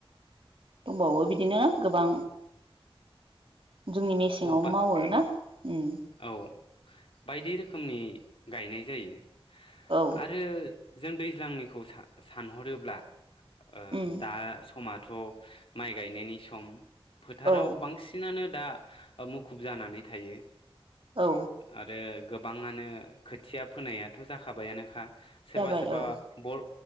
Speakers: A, on the right; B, on the left.
A: दंबावो बिदिनो गोबां जोंनि मेसेंआव
B: औ बा
A: मावो ना ओम
B: औ बायदि रोखोमनि गायनाय जायो।
A: औ
B: आरो जों दैज्लांनिखौ सा-सानहरोब्ला ओ
A: उम
B: दा समा थ' माइ गायनायनि सम। फोथाराव
A: औ
B: बांसिनानो। दा मुखुब जानानै थायो।
A: औ
B: आरो गोबाङानो खोथिया फोनायाथ' जाखाबायानोखा। सोरबा
A: जाबाय
B: सोरबा
A: औ
B: बर'